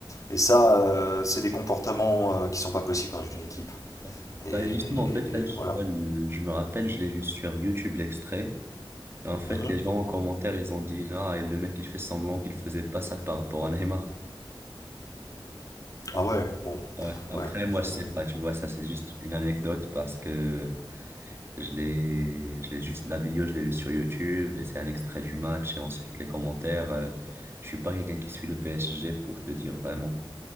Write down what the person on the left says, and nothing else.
Et ça, euh, c'est des comportements euh, qui sont pas possibles dans une équipe.
Et
voilà.
Mhm.
Ah ouais, bon,
pff,
ouais,